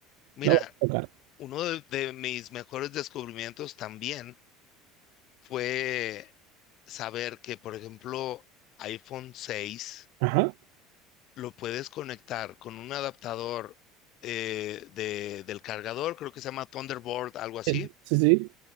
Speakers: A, on the left (about 45°); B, on the right (about 75°).
A: Mira,
B: No voy a tocar.
A: Uno de, de mis mejores descubrimientos también fue saber que, por ejemplo, iPhone seis
B: Ajá.
A: lo puedes conectar con un adaptador eh, de- del cargador, creo que se llama Thunderbolt, algo así,
B: Sí, sí. sí.